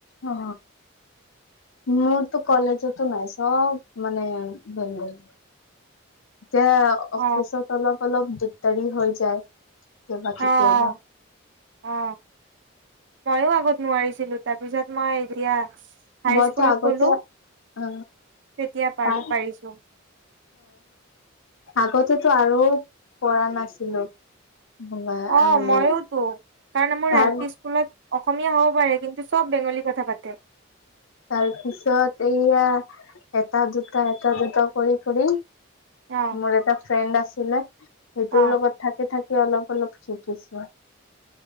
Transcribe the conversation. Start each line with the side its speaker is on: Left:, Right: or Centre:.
Left: অ মোৰতো কলেজতো নাই চব মানে বেংগলী এতিয়া
Right: অ',
Left: অফিচত অলপ অলপ দিগদাৰি হৈ যায় কেতিয়াবা কেতিয়াবা।
Right: আহ আহ ময়ো আগত নোৱাৰিছিলো তাৰপিছত মই এতিয়া হাই
Left: মইতো
Right: স্কুলত
Left: আগতে
Right: গ'লো
Left: অ
Right: তেতিয়া পাৰি
Left: অ
Right: পাৰিছো
Left: আগতে তেতিয়া টো আৰু পৰা নাছিলো মানে
Right: অ মইওতো কাৰণ মোৰ
Left: তাৰ
Right: হল পি স্কুলত অসমীয়া হ'ব পাৰে কিন্তু চব বেংগলী কথা কথা পাতে
Left: তাৰপিছত এইয়া এটা দুটা এটা দুটা কৰি কৰি
Right: অ',
Left: মোৰ এটা ফ্ৰেণ্ড আছিলে সেইটোৰ
Right: অ',
Left: লগত থাকি থাকি অলপ অলপ শিকিছো